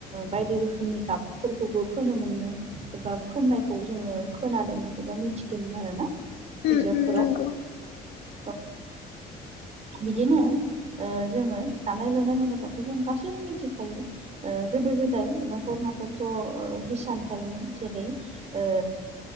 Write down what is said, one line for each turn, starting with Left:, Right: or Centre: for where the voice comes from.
Right: बायदि रोखोमनि गाबफोरखौबो फोनो मोनदों। एबा फोननायखौ जोङो खोनादोंमोन एबा मिथिदोंमोन आरो ना।
Left: उम
Right: बिजाबफोराव
Left: उम नंगौ
Right: औ बिदिनो जोङो दानाय लुनाय होनोबाथ' जों गा सैबो मिथिखायो। गोदो गोदाय न'खर न'खरथ' हिसान थायोमोन जेरै ओ